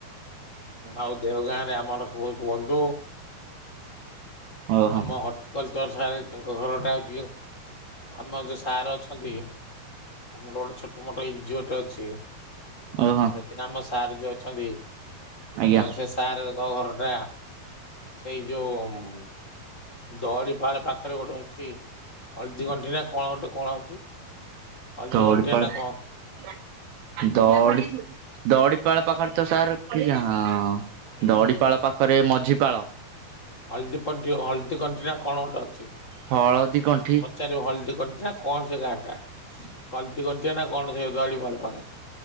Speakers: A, on the left (about 35°); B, on the right (about 75°).
A: ଆଉ ଦେଓ ଗାଁ ରେ ଆମର ସବୁ ବନ୍ଧୁ।
B: ଓହୋ
A: ଆମ ହର୍ଟିକଲଚର ସାର୍ ତାଙ୍କ ଘରଟା ହଉଛି ଆମ ଯୋଉ ସାର ଅଛ ଅଛନ୍ତି। ଆମର ଗୋଟେ ଛୋଟ ମୋଟ ଏନ ଜି ଓ ଟେ ଅଛି।
B: ଓହୋ
A: ସେଥିରେ ଆମ ସାର୍ ଯିଉ ଅଛନ୍ତି
B: ଆଜ୍ଞା
A: ସେ ସାରଙ୍କ ଘର ଟା ସେଇ ଯୋଉ ଦରି ପାଳ ପାଖରେ ଗୋଟେ ଅଛି, ହଳଦୀଗଣ୍ଠି ନା କଣ ଗୋଟେ କଣ ଅଛି। ହଳଦୀ
B: ଦରି
A: ଗଣ୍ଠିଆ
B: ପାଳ
A: ନା କଣ
B: ଦଡ଼ି ଦଡ଼ିପାଳ ପାଖ ରେ ତ ସାର୍ କି ହଁ, ହଁ।
A: ହୁଁ
B: ଦଡିପାଳ ପାଖରେ ମଝିପାଳ।
A: ହଳଦୀପଣ୍ଠି, ହଳଦୀ କଣ୍ଠି ନା କଣ ଗୋଟେ ଅଛି।
B: ହଳଦୀ କଣ୍ଠି
A: ପଚାରିବ ହଳଦଦୀ କଣ୍ଠି କଣ ସେ ଗାଁ ଟା? କଲଟି କତିବ ନା କଣ ସେ ଗାଡ଼ି, ମାଡି ପାଖରେ।